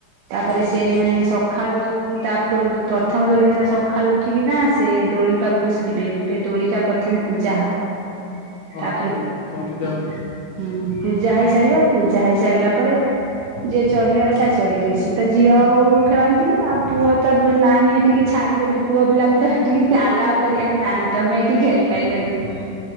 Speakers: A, on the right; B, on the left.
A: ତାପରେ ସେ ମାନେ ସଖାଳୁ ତା ପୂର୍ବୁ ଦ ପ୍ରଥମ ଦୋଳି ଦିନ ସଖାଳୁ ଉଠିକିନା ସେ ଦୋଳି ପାଖକୁ ସେ ଯିବେ ଯିବେ ଦୋଳିଟା ପ୍ରଥମେ ପୂଜା ହବ
B: ହଁ
A: ତାପରେ
B: ଦୋଳି ପ୍ରଥମ ପୂଜା
A: ହୁଁ
B: ହୁଏ
A: ପୂଜା ହେଇସାରିବା ପୂଜା ହେଇସାରିଲା ପରେ ଯିଏ ଚଢ଼ିବା କଥା ଚଢ଼ିବା ବେଶୀ ତ ଝିଅ ବୋଉ ଖେଳନ୍ତି ଆଉ ପୁଅ ତ ନାହିଁ ସେଠିକି ଛାଡ଼ିବେନି ପୁଅ ପିଲାଙ୍କୁ ତ ସେଟିକି ଆଲାଉ କରିବାକୁ ନାହିଁ ତମେ ଏଠି ଖେଳିପାରିବନି।